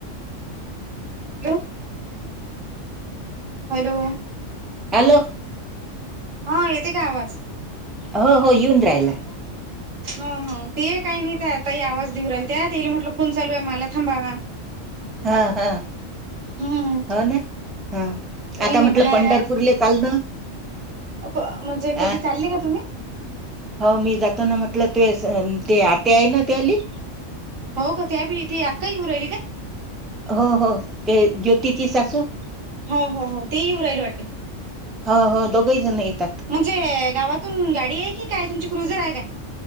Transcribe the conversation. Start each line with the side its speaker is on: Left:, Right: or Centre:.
Right: hello. हॅलो.
Centre: हॅलो.
Right: हा येते का आवाज
Centre: हो हो येऊन राहिला.
Right: हो ह ते काही नाही त्या ताई आवाज देऊराल त्यात ये म्हटलं फोन चालू आहे मला थांबा.
Centre: हा हा.
Right: हम्म
Centre: हो ना हा
Right: काही
Centre: आता
Right: नाही
Centre: म्हटलं
Right: बाहेर
Centre: पंढरपूरले
Right: आज
Centre: चाल ना.
Right: म्हणजे कधी
Centre: अ
Right: चालली का तुम्ही
Centre: हो मी जातो ना म्हटलं तु ते आते आहे ना तेली
Right: हो का त्या बी ती अक्काहीऊ राहिली का?
Centre: हो हो ते ज्योतिती सासू
Right: हो हो हो तेहीऊ राहियला वाटते.
Centre: हो हो दोघही जण येतात
Right: म्हणजे गावातून गाडी आहे कि काय तुमची क्रुझर आहे काय?